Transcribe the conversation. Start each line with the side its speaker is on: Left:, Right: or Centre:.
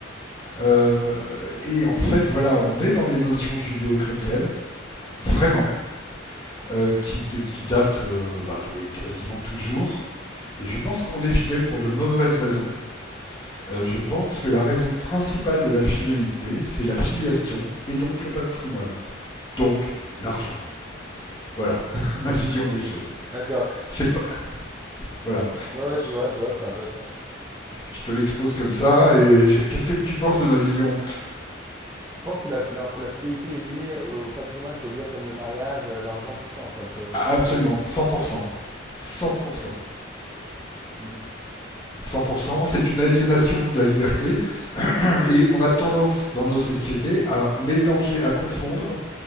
Left: Euh, et en fait, voilà, on est dans des notions judéo-chrétiennes, vraiment, euh, qui, qui datent euh, bah, de quasiment toujours. Et je pense qu'on est fidèle pour de mauvaises raisons. Euh, je pense que la raison principale de la fidélité, c'est la filiation et donc le patrimoine, donc l'argent. Voilà <laughs> ma vision des choses.
Right: D'accord.
Left: C'est pas... Voilà,
Right: Ouais, ouais, ouais, je vois, je vois, c'est intéressant.
Left: je te l'expose comme ça. Et je- qu'est-ce que tu penses de ma vision
Right: Tu penses que la, alors que la fidélité est liée au patrimoine, c'est-à-dire comme le mariage, euh, l'argent, tout ça, en fait. euh,
Left: Absolument, 100%. 100%.
Right: mmh.
Left: 100%, c'est une aliénation de la liberté <clears throat> et on a tendance dans nos sociétés à mélanger, à confondre